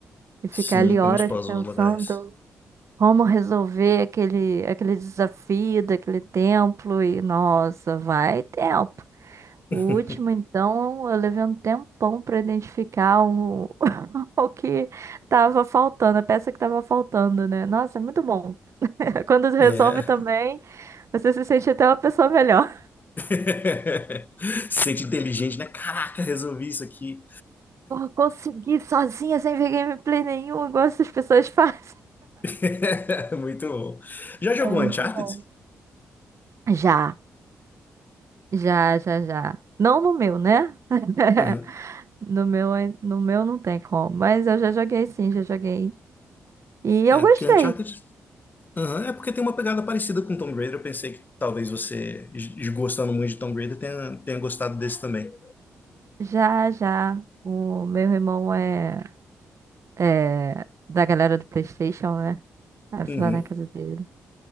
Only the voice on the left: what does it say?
Sim,
tem uns puzzles
legais.
<laughs>
É.
<laughs> Se Sente inteligente, né? Caraca, resolvi isso aqui.
<laughs> Muito bom. Já jogou
Uncharted?
Uhum.
É,
porque Uncharted. Uhum. É porque tem uma pegada parecida com Tomb Raider. Eu pensei que talvez você, g- gostando muito de Tomb Raider, tenha, tenha gostado desse também.
Uhum.